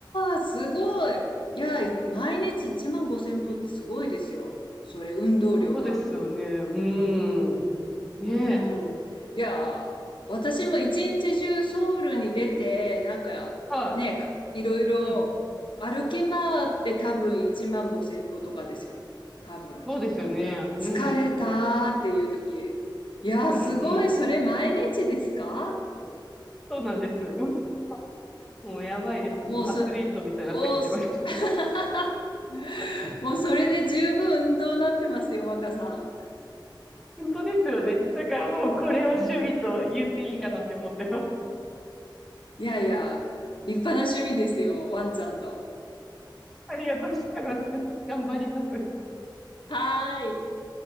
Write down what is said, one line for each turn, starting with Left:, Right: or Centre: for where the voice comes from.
Left: ー、すごい。いや、い毎日1万5千歩ってすごいですよ。それ、運動量が。
Centre: <laughs> そうですよね。うん。ねえ。
Left: うん。いやー、私も一日中ソウルに出て、なんか、
Centre: は
Left: ね、かいろいろ歩き回って多分1万5千歩とかですよ。
Centre: い。うん。
Left: 多分。
Centre: そうですよね。うん。
Left: 疲れたーっていう時。いやー、
Centre: うん、
Left: すごい。
Centre: うん。
Left: それ、毎日ですか
Centre: そうなんです。<laughs> もう、もうやばいです。もうアスリートみたいになってきてます。
Left: もうそ、おーす、<laughs>
Centre: <laughs>
Left: もうそれで十分運動になってますよ、若さ
Centre: 本当ですよね。だからもうこれを趣味と言っていいかなって思ってます。
Left: ん。うん。いやいや、立派な趣味ですよ、ワンちゃんと。
Centre: ありがとうございます。頑張ります。
Left: はーい。